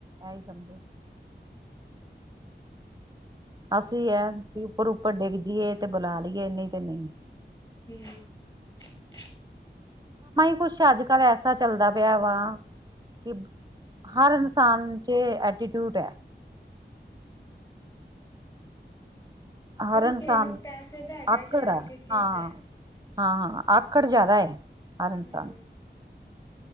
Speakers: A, on the right; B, on the left.
A: ਐ ਸਮਝੋ ਅਸੀਂ ਉੱਪਰ ਉੱਪਰ ਡਿੱਗ ਜਾਈਏ ਤੇ ਬੁਲਾ ਲਈਏ ਇਨੀ ਤੇ ਨਹੀਂ
B: <unintelligible>
A: ਕੁਛ ਅੱਜਕੱਲ ਐਸਾ ਚਲਦਾ ਪਿਆ ਵਾ-ਹਰ ਇਨਸਾਨ ਚ ਐਟੀਟਿਊਡ ਹੈ
B: <unintelligible> ਬਸ
A: ਹਰ ਇਨਸਾਨ
B: ਕਿਸੇ ਨੂੰ ਪੈਸੇ ਦਾ ਹੈਗਾ
A: ਆਕੜ
B: ਕਿਸੇ ਨੂੰ
A: ਆ
B: ਕੀ ਚਾਹੀਦਾ
A: ਹਾਂ ਹਾਂ ਆਪਕਾ ਜਿਆਦਾ ਹੈ।
B: ਹੂੰ
A: <inaudible>